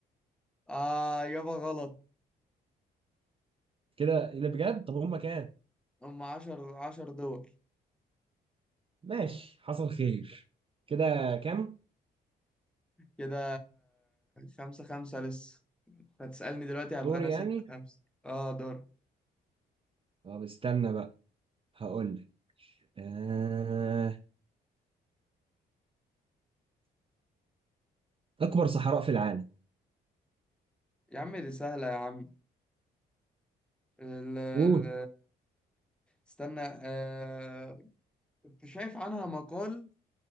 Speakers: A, in the centre; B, on the right.
A: آه يابا غلط
B: كده اللي بجد طب هما كام
A: هم عشر عشر دول
B: ماشي حصل خير كده كام
A: كده خمسة خمسة لسه هتسألني دلوقتي هبقى
B: دور
A: أنا
B: يعني
A: ستة خمسة اه دور
B: طب استنى بقى هقول لك آه... اكبر صحراء في العالم
A: يا عم دي سهلة يا عم ال ال
B: قول
A: استنى آه كنت شايف عنها مقال